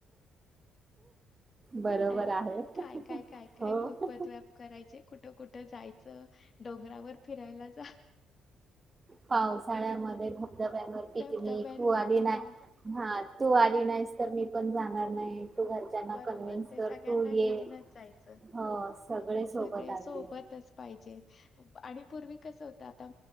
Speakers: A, on the right; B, on the left.
A: बरोबर
B: ना
A: आहे
B: काय काय काय काय
A: हो
B: कुरपत व्याप करायचे कुठं कुठं जायच डोंगरावर फिरायला जा
A: पावसाळ्यामध्ये दब्यावर पिकनिक
B: धबधब्यांवरती
A: तू आली नाही
B: जा
A: हा तू आली नाही तर मी पण जाणार नाही तू घरच्यांना
B: बरोबर
A: कन्व्हिन्स
B: ते
A: कर
B: सगळ्यांना
A: तू ये
B: घेऊनच जायचं
A: हो सोबत
B: सगळे सोबतच
A: अगदी
B: पाहिजेत आणि पूर्वी कसं होतं आता